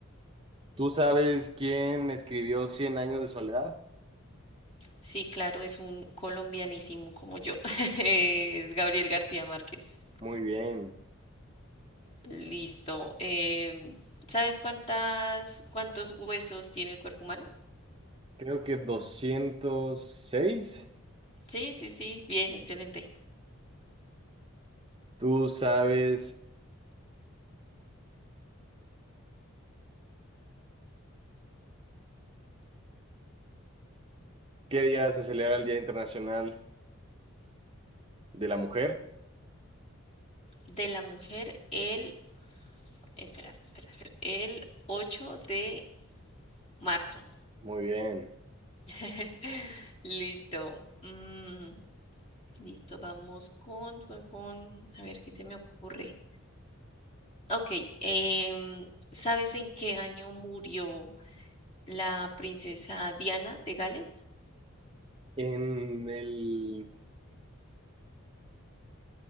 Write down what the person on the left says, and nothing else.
Sí, claro, es un colombianísimo como yo. <laughs> Es Gabriel García Márquez.
Listo. Em, ¿sabes cuántas, cuántos huesos tiene el cuerpo humano?
Sí, sí, sí, bien, excelente.
De la mujer, el, espera, espera, espera, el 8 de marzo.
<laughs> Listo. Mm, Listo, vamos con, con, con, a ver qué se me ocurre. Ok, em, ¿sabes en qué año murió la princesa Diana de Gales?